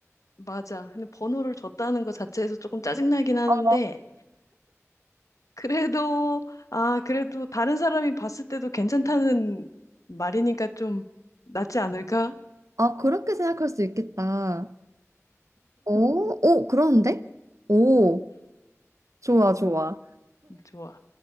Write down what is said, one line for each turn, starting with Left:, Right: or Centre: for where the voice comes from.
Left: 맞아. 근데 번호를 줬다는 것 자체에서 조금 짜증나긴 하는데,
Right: 어.
Left: 그래도, 아, 그래도 다른 사람이 봤을 때도 괜찮다는 말이니까 좀 낫지 않을까?
Right: 아, 그렇게 생각할 수 있겠다. 어? 오, 그런데? 오, 좋아, 좋아.
Left: 좋아.